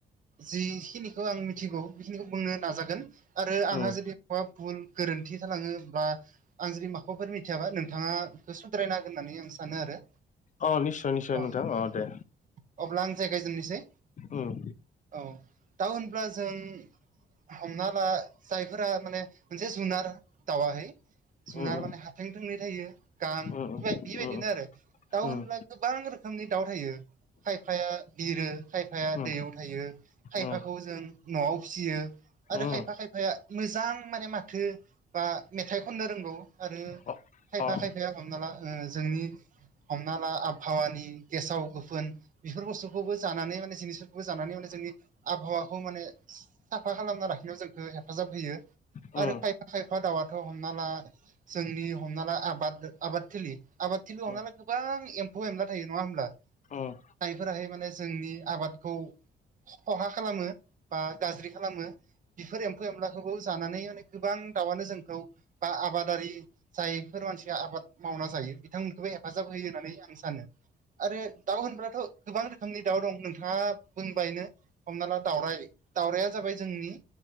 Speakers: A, on the right; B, on the left.
A: जिखिनि खौ आं मिथिगौ बेखिनिखौ बुंनो नाजागोन आरो आंहा
B: उम
A: जुदि मा फुल गोरोन्थि थालाङोब्ला आं जुदि माफोर मिथियाबा नों नोंथाङा बेखौ सुद्रायन हांगोन होननानै आं सानो आरो
B: अ निस्सय निस्सय
A: औ
B: नोंथां
A: औ
B: अ दे
A: अब्ला आं जायगायजेननोसै
B: उम
A: औ दा होनब्ला जों हमना ला जायफोरा माने मोनसे जुनार दावाहै जुनार
B: उम
A: माने हाथं थोंनै थायो गां बेबाय
B: उम उम
A: बेबायदिनो
B: उम
A: आरो दाउ
B: उम
A: होनोब्ला गोबां रोखोमनि दाउ थायो खायफाया बिरो खायफाया
B: उम
A: दैयाव थायो खायफाखौ
B: उम
A: जों न'आव फिसियो आरो
B: उम
A: खायफा खायफाया मोजां माने माथो बा मेथाइ खननो रोंगौ आरो
B: अ
A: खायफा
B: अ
A: खायफाया हमना ला जोंनि हमना ला आबहावानि गेसाव गोफोन बेफोर बुस्थुखौबो जानानै माने जिनिसफोरखौबो जानानै माने जोंनि आबहावाखौ माने साफा खालामना लाखिनायाव जोंखौ हेफाजाब होयो
B: उम
A: आरो खायफा खायफा दाउआथ' हमना ला जोंनि हमना ला आबाद आबाद थिलि आबाद थिलि हमना
B: उम
A: ला गोबां एम्फौ एनला थायो नङा होमब्ला
B: ओम।
A: जायफोराहाय माने जोंनि आबादखौ खहा खालामो बा गाज्रि खालामो। बेफोर एम्फौ-एनलाखौबो जानानै माने गोबां दाउआनो जोंखौ बा आबादारि। जायफोर मानसिया आबाद मावना जायो बिथांमोनखौबो हेफाजाब होयो होननानै आं सानो। आरो दाउ होनब्लाथ' गोबां रोखोमनि दाउ दं नोंथाङा बुंबायनो। हमना ला दाउराय दावरायया जाबाय जोंनि